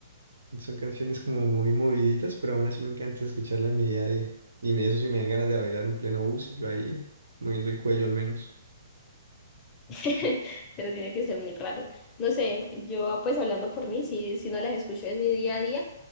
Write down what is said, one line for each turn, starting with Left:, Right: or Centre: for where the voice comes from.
Right: son canciones como muy moviditas, pero aún así me encanta escucharlas en mi día a día. Y me, eso sí me dan ganas de bailar en pleno bus y yo ahí moviendo el cuello al menos.
Left: <laughs> pero tiene que ser muy raro. No sé, yo pues hablando por mí, si, si no las escucho en mi día a día,